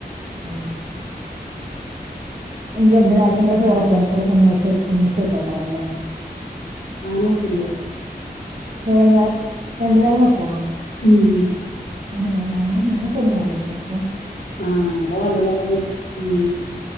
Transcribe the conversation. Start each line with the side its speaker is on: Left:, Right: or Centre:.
Right: ഉം രണ്ടു നേരത്തിനുള്ളെ ചോറൊപ്പം ഒന്ന് ഒന്നിച്ച് വെക്കക്കാരല്ലേ
Left: അങ്ങനെ വക്കില്ല
Right: വൈകുന്നേരം രണ്ടു നേരം വെക്കുവോ
Left: ഉം
Right: ആഹ് ഞങ്ങള് ഞാനൊക്കെ ഒരു നേരമായിട്ട വെക്ക
Left: ആഹ് ഇവടെ രണ്ട് നേരം വക്കും ഉം